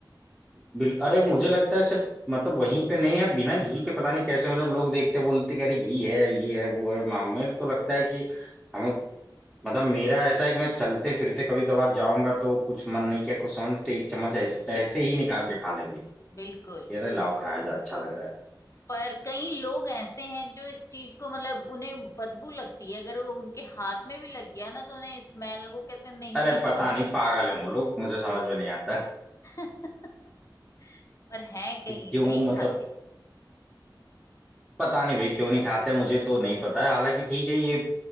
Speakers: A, in the centre; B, on the left (about 40°).
A: बिल अरे मुझे लगता है सिर्फ मतलब वहीं पे नहीं है बिना घी के पता नहीं कैसे मतलब लोग देखते बोलते कि अरे घी है ये है वो है मामे तो लगता है कि हमें मतलब मेरा ऐसा है कि मैं चलते फिरते कभी कभार जाऊंगा तो कुछ मन नहीं किया कुछ समझ तो एक चम्मच ऐसे ऐसे ही निकाल के खा लेंगे
B: बिल्कुल
A: कि अरे लाओ खाया जा अच्छा लग रहा है
B: पर कई लोग ऐसे हैं जो इस चीज को मतलब उन्हें बदबू लगती है अगर वो उनके हाथ में भी लग गया ना तो उन्हें स्मेल वो कहते हैं नहीं
A: अरे
B: यार
A: पता
B: हमें
A: नहीं पागल है वो लोग मुझे समझ में नहीं आता
B: <laughs> पर है कई
A: कि क्यों
B: नहीं
A: मतलब
B: खाते
A: पता नहीं भाई क्यों नहीं खाते मुझे तो नहीं पता है हालांकि ठीक है ये